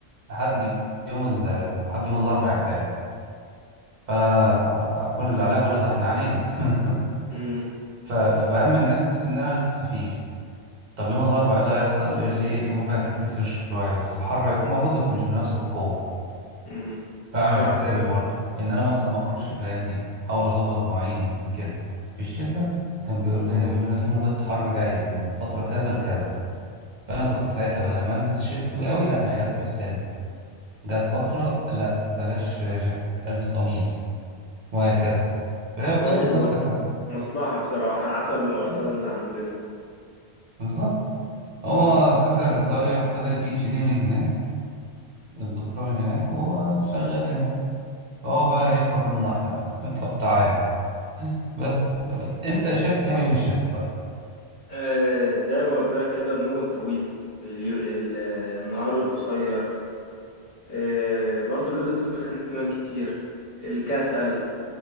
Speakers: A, on the right; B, on the left.
A: لحد يوم ال لحد يوم الأربع الجاي فأنا كل اللي عليا بقول له ده احنا عنينا <laughs>
B: امم
A: ف... فبأمن نفسي إن أنا ألبس خفيف طب يوم الأربعاء إيه اللي هيحصل يقول لي إيه الموجة هتتكسر شوية بس الحر هيكون موجود بس مش بنفس القوة
B: امم
A: فأعمل
B: فاهمك
A: حسابي
B: اه
A: برضو إن أنا مثلا ما أخرجش الأيام دي أحاول أظبط مواعيدي كده في الشتاء كان بيقول لنا بيقول لنا في موجة حر جاية من فترة كذا لكذا فأنا كنت ساعتها بدل ما ألبس شتوي قوي لا أخفف سن جت فترة لا بلاش جاكيت ألبس قميص وهكذا فهي
B: كويس
A: بتظبط نفسك
B: برضه
A: على
B: مصلحه بصراحه احسن من الارصاد
A: آه،
B: اللي عندنا
A: بالظبط هو
B: آه.
A: سافر إيطاليا وخد البيتش دي من هناك الدكتوراه من هناك وشغال هناك هو
B: مم.
A: بقى إيه فاضلنا إحنا بقى <laughs> طب تعالى بس أنت شايف إيه عيوب الشتاء طيب؟
B: آه زي ما قلت لك كده النوم الطويل اليو... ال... آه، النهار القصير إيه برضو الليل الطويل بيخليك تنام كتير الكسل